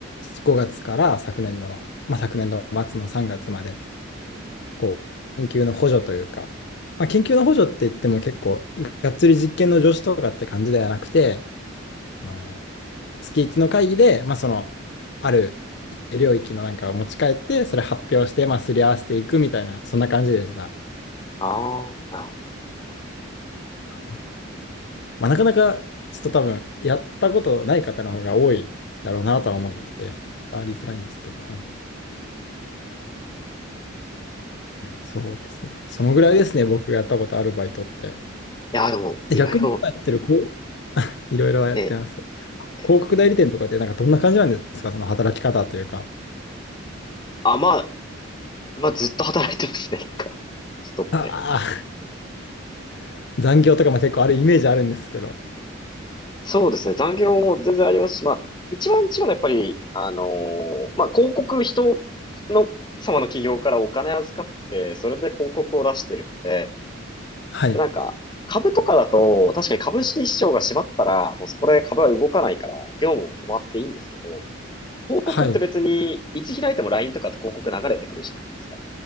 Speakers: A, on the left; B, on the left.
A: 5月から昨年度の、まあ昨年度末の3月まで、こう、研究の補助というか、まあ研究の補助って言っても結構、がっつり実験の助手とかって感じではなくて、あの、月1の会議で、まあ、その、ある一定領域のなんかを持ち帰って、それ発表して、まあ、すり合わせていくみたいな、そんな感じでした。
B: ああ、なるほどな。
A: はい。まあ、なかなか、ちょっと多分、やったことない方の方が多いだろうなとは思ってて、
B: うん。
A: 伝わりづらいんですけど、
B: うんうん
A: はい。そうですね。そのぐらいですね、僕がやったことあるバイトって。
B: いや、でも、
A: え逆に今やってる、
B: いろいろ、
A: こう、いろいろやってます。
B: え、
A: 広
B: え、
A: 告代理店とかって、なんかどんな感じなんですか、その働き方というか。
B: あ、まあ、まあ、ずっと働いてますね、なんか、ストップで。
A: ああ、<laughs> 残業とかも結構あるイメージあるんですけど。
B: そうですね、残業も全然ありますし、まあ、一番違うのはやっぱり、あのーまあ、広告、人の、様の企業からお金預かって、それで広告を出してるので、
A: はい。
B: でなんか、株とかだと、確かに株式市場が閉まったら、もうそこで株は動かないから、業務も止まっていいんですけど、広告って別に、
A: はい。
B: いつ開いても LINE とかって広告流れてくるじゃないですか。